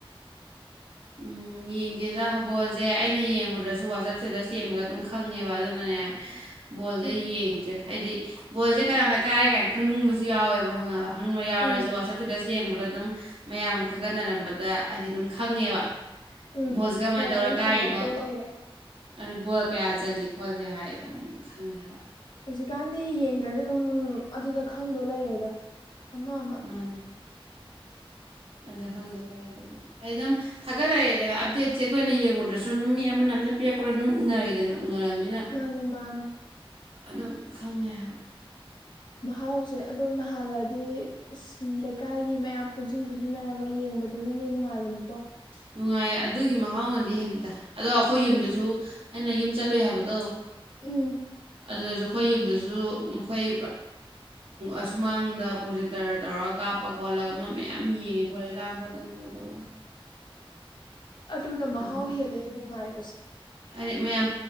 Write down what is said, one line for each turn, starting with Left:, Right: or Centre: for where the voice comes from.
Right: ꯎꯝ ꯌꯦꯡꯗꯦꯗ ꯍꯕꯣꯜꯁꯦ ꯑꯩꯅ ꯌꯦꯡꯉꯨꯗ꯭ꯔꯁꯨ ꯋꯥꯆꯞꯁꯤꯗ ꯁꯦꯡꯕꯒ ꯑꯗꯨꯝ ꯈꯪꯉꯦꯕ ꯑꯗꯨꯅꯅꯦ ꯕꯣꯜꯁꯦ
Left: ꯎꯝ
Right: ꯌꯦꯡꯗ꯭ꯔꯦ ꯍꯥꯏꯗꯤ ꯕꯣꯜꯁꯦ ꯀꯅꯥꯝꯅ ꯀꯥꯔꯦ ꯀꯥꯏꯅ ꯈꯪꯅꯤꯡꯕꯁꯨ ꯌꯥꯎꯋꯦꯕ ꯈꯡꯉꯕ ꯈꯪꯕ ꯌꯥꯎꯔꯁꯨ
Left: ꯎꯝ
Right: ꯋꯥꯆꯞꯇꯨꯗꯁ ꯌꯦꯡꯕꯗ ꯑꯗꯨꯝ ꯃꯌꯥꯝꯅ ꯊꯥꯒꯠꯅꯔꯝꯕꯗ ꯍꯥꯏꯗꯤ ꯑꯗꯨꯝ ꯈꯪꯉꯦꯕ
Left: ꯎꯝ
Right: ꯚꯣꯁ ꯀꯃꯥꯏꯅ
Left: ꯍꯣꯏ
Right: ꯇꯧꯔ
Left: ꯑꯗꯨꯝ
Right: ꯀꯥꯏꯔꯤꯅꯣ
Left: ꯊꯝꯃꯛꯇꯣ ꯂꯩꯔꯦ
Right: ꯑꯗꯨꯅ ꯒꯣꯜ ꯀꯌꯥ ꯆꯜꯂꯤ ꯈꯣꯠꯂꯤ ꯍꯥꯏ ꯑꯗꯨꯝ ꯈꯪꯉꯦ ꯍꯥꯏꯕ
Left: ꯍꯧꯖꯤꯛꯀꯥꯟꯗꯤ ꯌꯦꯡꯗ꯭ꯔꯁꯨ ꯑꯗꯨꯝ ꯑꯗꯨꯗ ꯈꯪꯗꯣ ꯂꯩꯔꯦꯗ ꯑꯃ ꯑꯃ
Right: ꯃꯥ ꯑꯗ ꯈꯪꯗ ꯂꯩꯔꯦ ꯑꯗꯨꯕꯨꯗꯤ ꯑꯩ ꯑꯗꯨꯝ ꯊꯥꯒꯠꯅꯔꯛꯦꯗꯅ ꯑꯞꯗꯦꯠꯁꯦ ꯑꯩꯈꯣꯏꯅ ꯌꯦꯡꯉꯨꯗ꯭ꯔꯁꯨ ꯑꯗꯨꯝ ꯃꯤ ꯑꯃꯅ ꯑꯃꯝꯅ ꯄꯤꯔꯛꯄ ꯑꯗꯨꯝ ꯎꯅꯔꯤꯗꯅ ꯎꯅꯔꯕꯃꯤꯅ
Left: ꯃꯥꯅꯦ ꯃꯥꯅꯦ
Right: ꯑꯗꯨꯝ ꯈꯪꯉꯦ ꯍꯥꯏꯕ
Left: ꯃꯍꯥꯎꯁꯦ ꯑꯗꯣ ꯅꯍꯥꯟꯋꯥꯏꯗꯤ ꯑ ꯂꯩꯀꯥꯏꯒꯤ ꯃꯌꯥꯝ ꯄꯨꯟꯁꯤꯟ ꯄꯨꯟꯁꯤꯟꯅꯔꯒ ꯌꯦꯡꯕꯗꯨꯅꯗꯤ ꯅꯨꯡꯉꯥꯏꯕꯅꯤꯀꯣ
Right: ꯅꯨꯡꯉꯥꯏꯌꯦ ꯑꯗꯨꯒꯤ ꯃꯍꯥꯎꯅꯗꯤ ꯍꯦꯜꯂꯤꯗ ꯑꯗꯣ ꯑꯩꯈꯣꯏ ꯌꯨꯝꯗꯁꯨ
Left: ꯎꯝ
Right: ꯑꯩꯅ ꯌꯨꯝ ꯆꯠꯂꯨꯏ ꯍꯥꯏꯕꯗꯣ
Left: ꯎꯝ
Right: ꯑꯗꯨꯗꯁꯨ ꯑꯩꯈꯣꯏ ꯌꯨꯝꯗꯁꯨ ꯃꯈꯣꯏ ꯑꯁꯨꯃꯥꯡꯗ ꯄ꯭ꯔꯣꯖꯦꯛꯇꯔ ꯇꯧꯔꯒ ꯀꯥꯞꯄ ꯈꯣꯠꯂꯒ ꯃꯣꯏ ꯃꯌꯥꯝ ꯌꯦꯡꯉꯦ ꯈꯣꯠꯂꯦ ꯂꯥꯡ ꯈꯣꯠꯄ ꯀꯒꯗꯧ
Left: ꯑꯗꯨꯗ ꯃꯍꯥꯎ
Right: ꯑꯗꯨꯝ
Left: ꯍꯦꯜꯂꯦ ꯅꯨꯡꯉꯥꯏꯕꯁꯦ
Right: ꯍꯥꯏꯗꯤ ꯃꯌꯥꯝ